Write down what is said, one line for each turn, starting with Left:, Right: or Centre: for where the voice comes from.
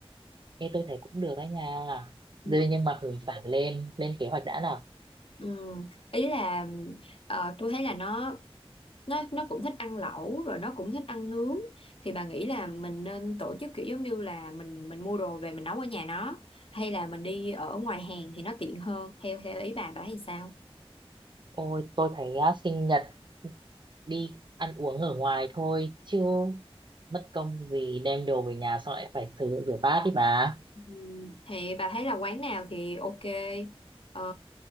Right: Ê, tôi thấy cũng được đấy nha.
Left: Ừ.
Right: Đây nhưng mà mình phải lên, lên kế hoạch đã nào.
Left: Ừ, ý là ờ, tôi thấy là nó nó nó cũng thích ăn lẩu rồi nó cũng thích ăn nướng thì bà nghĩ là mình nên tổ chức kiểu giống như là mình mình mua đồ về mình nấu ở nhà nó hay là mình đi ở ngoài hàng thì nó tiện hơn theo theo ý bà bà thấy sao
Right: Ôi, tôi thấy á, sinh nhật đi ăn uống ở ngoài thôi, chứ mất công gì đem đồ về nhà xong lại phải thử rửa bát đi bà.
Left: Ừm, thì bà thấy là quán nào thì ok ờ,